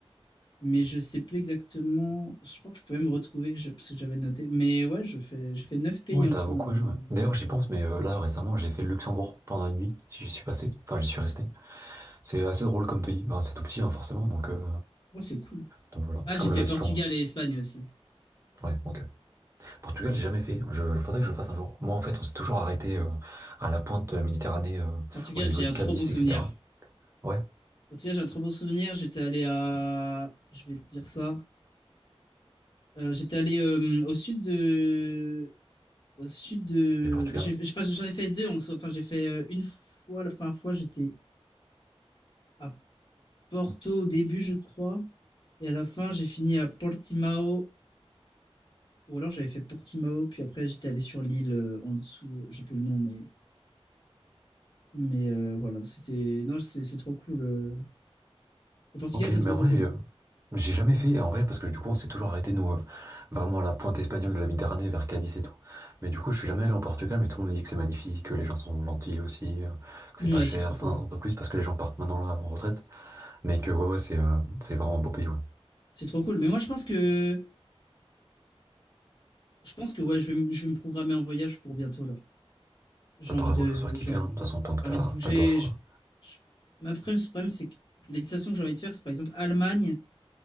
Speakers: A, on the left (about 50°); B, on the right (about 25°).
A: Mais je sais plus exactement. Je crois que je peux même retrouver que je- parce que j'avais noté. Mais ouais, je fais, je fais 9 pays
B: Ouais,
A: en
B: t'as
A: tout,
B: beaucoup
A: normalement.
B: à jouer. D'ailleurs, j'y pense, mais euh, là, récemment, j'ai fait le Luxembourg pendant une nuit. J'y suis passé. Enfin, j'y suis resté. C'est assez drôle comme pays. Enfin, c'est tout petit, hein, forcément. Donc, euh,
A: Ouais, c'est cool.
B: donc voilà.
A: Ah,
B: C'est
A: j'ai
B: comme
A: fait
B: le Vatican.
A: Portugal et Espagne aussi.
B: hein. Ouais, ok. Portugal,
A: Mais
B: j'ai jamais fait. Je faudrait que je le fasse un jour. Moi, en fait, on s'est toujours arrêté euh, à la pointe de la Méditerranée, euh,
A: Portugal,
B: au niveau
A: j'ai
B: de
A: un
B: Cadiz,
A: trop bon souvenir.
B: etc. Ouais,
A: En tout cas, j'ai un très beau souvenir. J'étais allé à, je vais te dire ça. Euh, j'étais allé euh, au sud de, au sud de.
B: du Portugal.
A: enfin, j'ai- j'ai pas- j'en ai fait deux. En soi. Enfin, j'ai fait euh, une fois la première fois. J'étais à Porto au début, je crois, et à la fin, j'ai fini à Portimao. Ou alors j'avais fait Portimao, puis après j'étais allé sur l'île euh, en dessous. J'ai plus le nom, mais mais euh, voilà. C'était non, c'est c'est trop cool. euh. Le Portugal,
B: Ok,
A: c'est
B: mais
A: trop
B: en
A: trop
B: vrai,
A: cool.
B: euh, j'ai jamais fait, en vrai, parce que du coup, on s'est toujours arrêté, nous, euh, vraiment à la pointe espagnole de la Méditerranée, vers Cadiz et tout. Mais du coup, je suis jamais allé au Portugal, mais tout le monde dit que c'est magnifique, que les gens sont gentils aussi, euh, que
A: Ouais,
B: c'est pas cher,
A: c'est trop
B: enfin,
A: cool.
B: un peu plus parce que les gens partent maintenant là en retraite, mais que ouais, ouais, c'est euh, c'est vraiment un beau pays, ouais.
A: C'est trop cool. Mais moi, je pense que Je pense que ouais, je vais, me- je vais me programmer un voyage pour bientôt là. J'ai
B: Bah,
A: envie
B: t'as raison,
A: de,
B: il faut se faire kiffer,
A: j'ai envie,
B: hein. De toute façon, tant que
A: j'ai
B: t'as
A: envie de bouger.
B: pas d'offres.
A: Je, je- Ma problème, ce problème, c'est que les destinations que j'ai envie de faire, c'est par exemple Allemagne,